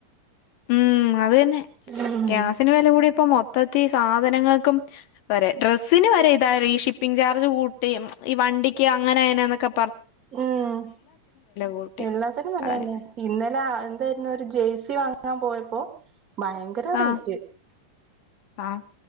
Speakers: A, on the left; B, on the right.
A: ഉം അത് തന്നെ
B: ഉം
A: ഗ്യാസിന് വെല കൂടിയ പ്പൊ മൊത്തത്തി സാധനങ്ങൾക്കും വെരെ ഡ്രസ്സിന് വെരെ ഇതായ് ഈ ഷിപ്പിംഗ് ചാർജ് കൂട്ടീം ഈ വണ്ടിക്ക് അങ്ങനെ അയിനാന്നൊക്കെ
B: ഉം
A: കൂട്ടി
B: എല്ലാത്തിനും വെല
A: കളഞ്ഞു
B: തന്നെ ഇന്നലെ അ എന്തായിരുന്നു ഒരു ജയ്സ- നസി വാങ്ങാ പോയപ്പോ ഭയങ്കര റേറ്റ്
A: ആ ആ